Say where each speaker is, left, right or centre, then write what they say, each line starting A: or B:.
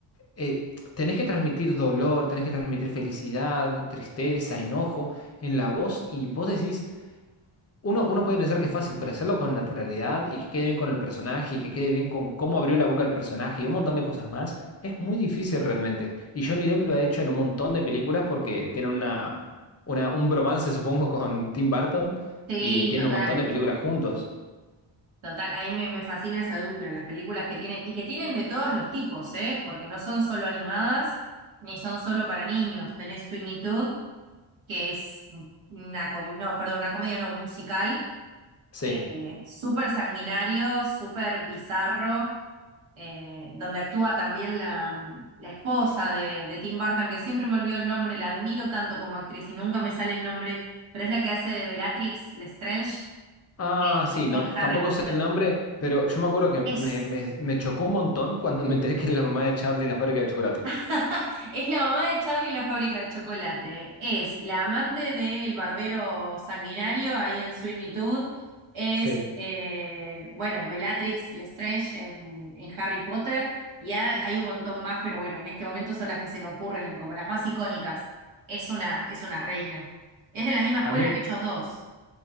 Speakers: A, on the left; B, on the right.
A: eh, tenés que transmitir dolor, tenés que transmitir felicidad, tristeza, enojo en la voz, y vos decís... Uno, uno puede pensar que es fácil, pero hacerlo con naturalidad y que quede bien con el personaje y que quede bien con cómo abrió la boca el personaje y un montón de cosas más, es muy difícil realmente. Y Johnny Depp lo ha hecho en un montón de películas porque tiene una, una, un bromance, supongo, <laughs> con Tim Burton
B: sí,
A: y tiene
B: total,
A: un montón de películas juntos.
B: total. Ahí me, me fascina esa dupla, las películas que tienen, y que tienen de todos los tipos, ¿eh? Porque no son solo animadas, ni son solo para niños. Tenés Sweeney Todd, que es una, com- no, perdón, una comedia no, musical
A: Sí.
B: eh, súper sanguinario, súper bizarro, eh, donde actúa también la, la esposa de, de Tim Burton, que siempre me olvido el nombre, la admiro tanto como actriz y nunca me sale el nombre, pero es la que hace de Bellatrix Lestrange
A: Ah,
B: en,
A: sí, no,
B: en
A: tampoco
B: Harry Potter.
A: sé el nombre, pero yo me acuerdo que
B: Es
A: me, me, me chocó un montón cuando me enteré que era la mamá de Charlie en la fábrica de chocolate.
B: <laughs> Es la mamá de Charlie en la fábrica de chocolate. Es la amante del barbero sanguinario ahí en Sweeney Todd. Es,
A: Sí.
B: eh, bueno, Bellatrix Lestrange en, en Harry Potter. Y ha- hay un montón más, pero bueno, en este momento son las que se me ocurren como las más icónicas. Es una, es una reina. Es de la misma escuela
A: A mí.
B: que ellos dos.